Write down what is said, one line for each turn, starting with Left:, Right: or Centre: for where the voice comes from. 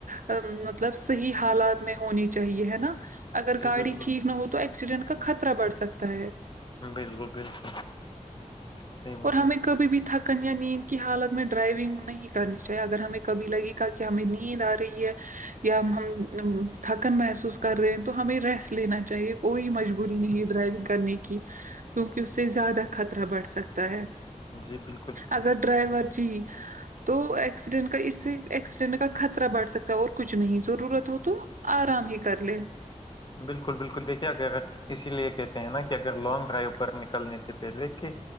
Right: ا مطلب صحیح حالات میں ہونی چاہیے ہے نا اگر
Left: جی
Right: گاڑی
Left: بالکل
Right: ٹھیک نہ ہو تو ایکسیڈنٹ کا خطرہ بڑھ سکتا ہے
Left: بالکل بالکل سی
Right: اور ہمیں کبھی بھی تھکن یا نیند کی حالت میں ڈرائیونگ نہیں کرنی چاہیے اگر ہمیں کبھی لگے کہ ہمیں نیند آ رہی ہے یا ہم تھکن محسوس کر رہے ہیں تو ہمیں ریسٹ لینا چاہیے کوئی مجبوری نہیں ہے ڈرائیونگ کرنے کی کیونکہ اس سے زیادہ خطرہ بڑھ سکتا ہے
Left: جی بالکل
Right: اگر ڈرائیور جی تو ایکسیڈینٹ کا اس سے ایکسیڈنٹ کا خطرہ بڑھ سکتا ہے اور کچھ نہیں ضرورت ہو تو آرام ہی کر لے
Left: بالکل بالکل دیکھ کیا کہ راہ ہے اسی لیے کہتے ہیں نا کہ اگر لانگ ڈرائیو پر نکلنے سے پہلے کہ